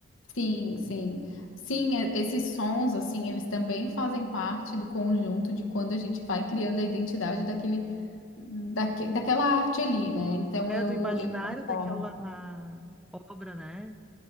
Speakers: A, on the left (about 85°); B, in the centre.
A: Sim, sim. Sim, e- esses sons, assim, eles também fazem parte do conjunto de quando a gente vai criando a identidade daquele, daque, daquela arte ali, né? Então
B: É
A: eu,
B: do imaginário
A: eu concordo.
B: daquela obra, né?